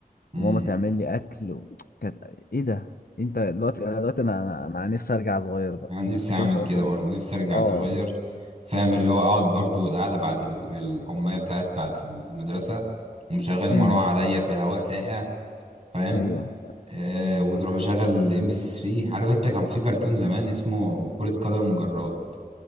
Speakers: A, on the right; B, on the left.
A: مم.
B: وماما تعمل لي اكل و... كانت ايه ده انت دلوقتي انا دلوقتي انا انا أنا نفسي ارجع صغير بقى
A: انا نفسي
B: انت
A: اعمل
B: كده خلاص
A: كده
B: رجع
A: برضه نفسي ارجع
B: اه
A: صغير فاهم اللي هو اقعد برضه والقعده بعد ال- الحمايه بتاعت بعد المدرسه ومشغل المروحه
B: امم
A: عليا فالهواء ساقع فاهم
B: ايوه
A: آه وتروح مشغل الام بي سي 3 عارف انت كان في كرتون زمان اسمه كرة قدم المجرات